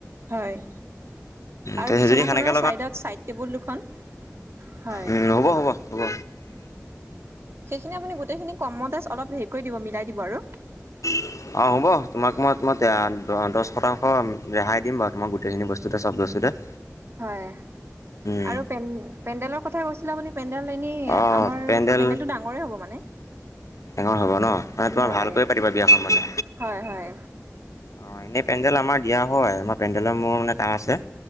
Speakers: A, on the right; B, on the left.
A: হয় আৰু
B: তেতিয়া
A: বিছনাখনৰ
B: যদি সেনেকৈ
A: ছাইডত ছাইড টেবুল দুখন। হয়।
B: উম হ'ব-হ'ব-হ'ব।
A: সেইখিনি আপুনি গোটেইখিনি কমতে অলপ হেৰি কৰি দিব মিলাই দিব আৰু।
B: <unintelligible> অ হ'ব তোমাক মই তোমাক দছ শতাংশ ৰেহাই দিম বাৰু তোমাক গোটেইখিনি বস্তুতে, চব বস্তুতে।
A: হয়
B: উম,
A: আৰু পেন-পেণ্ডেলৰ কথা কৈছিলে আপুনি পেণ্ডেল এনে
B: অঁ
A: আমাৰ
B: পেণ্ডেল
A: পেণ্ডেলটো ডাঙৰে হ'ব মানে।
B: ডাঙৰ হ'ব ন? মানে তোমাৰ
A: হয়,
B: ভাল কয়ে পাতিবা বিয়াখন মানে?
A: হয় হয়।
B: অ এনেই পেণ্ডেল আমাৰ দিয়া হয়, আমাৰ পেণ্ডেলৰ মোৰ মানে কাম আছে,